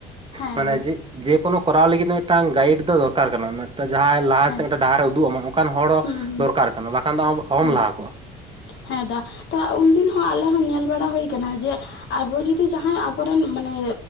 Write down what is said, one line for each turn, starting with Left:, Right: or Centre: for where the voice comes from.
Left: ᱦᱮᱸ
Right: ᱢᱟᱱᱮ
Left: ᱦᱮᱸ
Right: ᱠᱳᱚᱱᱳ ᱠᱚᱨᱟᱣ ᱞᱟᱹᱜᱤᱫ ᱢᱤᱫᱴᱟᱝ ᱜᱟᱭᱤᱰ ᱫᱚ ᱫᱚᱨᱠᱟᱨ ᱠᱟᱱᱟ ᱡᱟᱦᱟᱸᱭ ᱞᱟᱦᱟ
Left: ᱦᱮᱸ
Right: ᱥᱮ ᱨᱮ ᱰᱟᱦᱟᱨᱮ ᱩᱫᱩᱜ ᱟᱢᱟ ᱚᱱᱠᱟᱱ ᱦᱚᱲ
Left: ᱦᱩᱸ ᱦᱩᱸ
Right: ᱫᱚᱨᱠᱟᱨ ᱠᱟᱱᱟ ᱵᱟᱠᱷᱟᱱ ᱫᱚ ᱟᱢ ᱚᱦᱚᱢ
Left: ᱦᱩᱸ
Right: ᱞᱟᱦᱟ ᱠᱚᱜᱼᱟ
Left: ᱦᱮᱸ ᱫᱟ ᱛᱚ ᱩᱱᱫᱤᱱ ᱦᱚᱸ ᱟᱞᱮ ᱦᱚᱸ ᱧᱮᱞ ᱵᱟᱲᱟ ᱦᱩᱭ ᱟᱠᱟᱱᱟ ᱡᱮ ᱟᱵᱚ ᱡᱩᱫᱤ ᱡᱟᱦᱟᱸᱭ ᱟᱵᱚᱨᱮᱱ ᱢᱟᱱᱮ